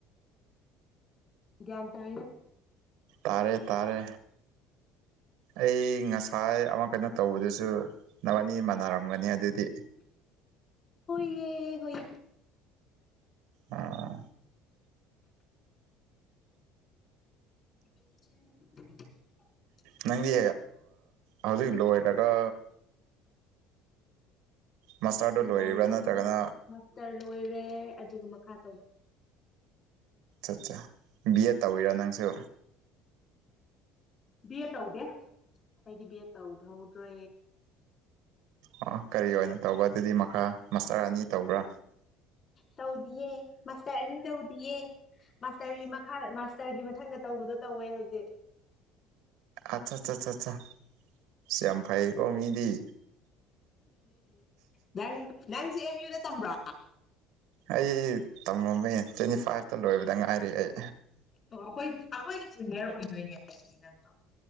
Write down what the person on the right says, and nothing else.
ꯇꯔꯦ ꯇꯔꯦ ꯑꯩ ꯉꯁꯥꯏ ꯑꯃ ꯀꯩꯅꯣ ꯇꯧꯕꯗꯨꯁꯨ ꯅꯋꯥꯅꯤ ꯃꯥꯟꯅꯔꯝꯒꯅꯤ ꯑꯗꯨꯗꯤ
ꯑꯥ
ꯅꯪꯗꯤ ꯍꯧꯖꯤꯛ ꯂꯣꯏꯔꯒ ꯃꯥꯁꯇꯔꯗꯣ ꯂꯣꯏꯔꯤꯕ꯭ꯔꯥ
ꯅꯠꯇ꯭ꯔꯒꯅ
ꯑꯠ ꯑꯠ ꯕꯤ ꯑꯦꯠ ꯇꯧꯋꯤꯔ ꯅꯪꯁꯨ
ꯑꯣ ꯀꯔꯤ ꯑꯣꯏꯅ ꯇꯧꯕ ꯑꯗꯨꯗꯤ ꯃꯈꯥ ꯃꯁꯇꯔ ꯑꯅꯤ ꯇꯧꯕ꯭ꯔꯥ
ꯑ ꯁꯤꯝꯐꯩꯀꯣ ꯃꯤꯗꯤ
ꯑꯩ ꯇꯝꯃꯝꯃꯦ ꯇ꯭ꯋꯦꯟꯇꯤ ꯐꯥꯏꯚꯇ ꯂꯣꯏꯕꯗ ꯉꯥꯏꯔ ꯑꯩ